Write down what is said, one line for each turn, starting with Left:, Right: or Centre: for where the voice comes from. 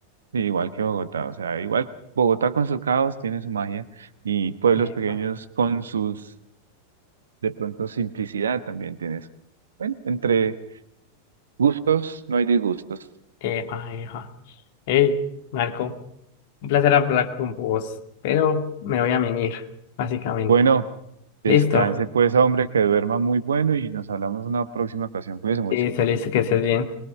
Right: Sí, igual que Bogotá, o sea, igual Bogotá con sus caos tiene su magia y pueblos
Left: Epa,
Right: pequeños con sus, de pronto, simplicidad también tiene su. Bueno, entre gustos no hay disgustos.
Left: epa, epa. Hey, Marco, un placer hablar con vos, pero me voy a mimir, básicamente.
Right: Bueno, descanse
Left: Listo.
Right: pues, hombre, que duerma muy bueno y nos hablamos en una próxima ocasión. Cuídese mucho.
Left: Y se le dice que estés bien.